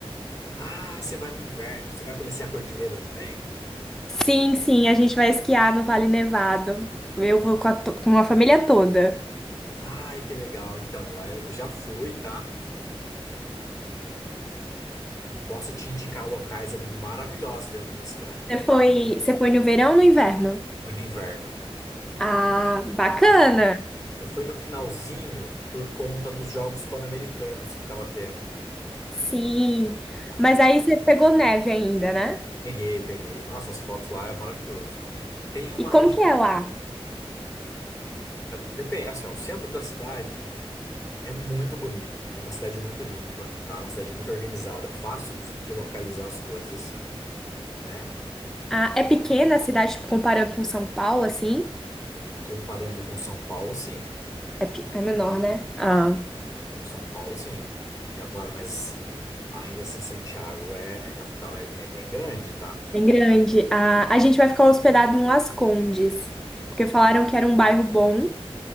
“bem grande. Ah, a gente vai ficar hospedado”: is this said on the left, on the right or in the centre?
Centre